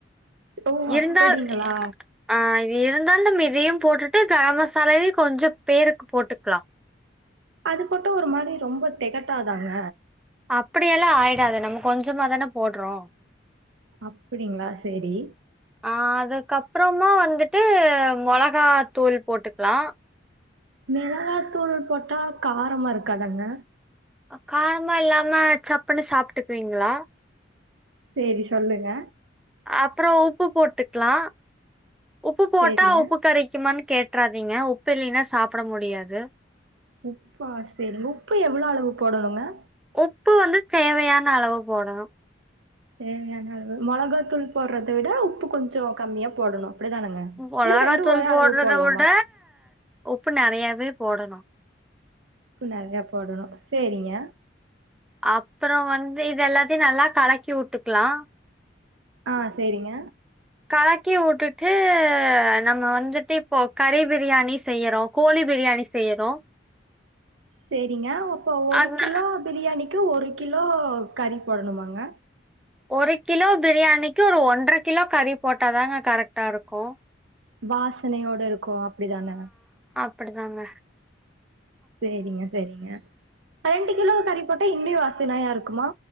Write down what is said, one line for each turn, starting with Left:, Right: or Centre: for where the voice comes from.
Right: ஓ
Centre: இருந்தால்
Right: அப்படிங்களா
Centre: ஆ இது இருந்தாலு நம்ம இதயு போட்டுட்டு கரம் மசாலாவயு கொஞ்சோ பேருக்கு போட்டுக்கலா
Right: அது போட்ட ஒரு மாரி ரொம்ப தெகட்டாதாங்க
Centre: அப்டியெல்லா ஆய்டாது நம்ம கொஞ்சமா தான போட்றோ
Right: அப்டிங்களா சேரி
Centre: ஆ அதுக்கப்புறமா வந்துட்டு மொளகா தூள் போட்டுக்லா
Right: மிளகாத்தூள் போட்டா காரமாருக்காதங்க
Centre: காரமா இல்லாம சப்புன்னு சாப்ட்டுகுவீங்ளா
Right: செரி சொல்லுங்க
Centre: அப்றோ உப்பு போட்டுக்கலா உப்பு போட்டா
Right: சேரிங்க
Centre: உப்பு கரைக்குமானு கேட் றாதீங்க உப்பில்லனா சாப்ட முடியாது
Right: உப்பா செரி உப்பு எவ்ளோ அளவு போடணுங்க
Centre: உப்பு வந்து தேவையான அளவு போடணு
Right: தேவையான அளவு மொளகாத்தூள் போட்றத விட உப்பு கொஞ்சோ கம்மியா போடணு அப்டிதானங்க
Centre: மொளகாத்தூள்
Right: இல்ல ரெண்டும் ஒரே
Centre: போட்றத
Right: அளவு போடலாமா
Centre: விட உப்பு நெறையாவே போடணு
Right: உப்பு நெறையா போடணு சேரிங்க
Centre: அப்றோ வந்து இது எல்லாத்தையு நல்லா கலக்கி உட்டுக்கலா
Right: ஆ செரிங்க
Centre: கலக்கி உட்டுட்டு நம்ம வந்துட்டு இப்போ கறி பிரியாணி செய்யறோ கோழி பிரியாணி செய்யறோ
Right: செரிங்க அப்போ ஒரு
Centre: அந்த
Right: கிலோ பிரியாணிக்கு ஒரு கிலோ கறி போடணுமாங்க
Centre: ஒரு கிலோ பிரியாணிக்கு ஒரு ஒன்றரை கிலோ கறி போட்டாதாங்க கரெக்ட்டா இருக்கு
Right: வாசனையோட இருக்கோ அப்டிதான
Centre: அப்டிதாங்க
Right: செரிங்க செரிங்க ரெண்டு கிலோ கறி போட்டா இன்னுமே வாசனையாருக்குமா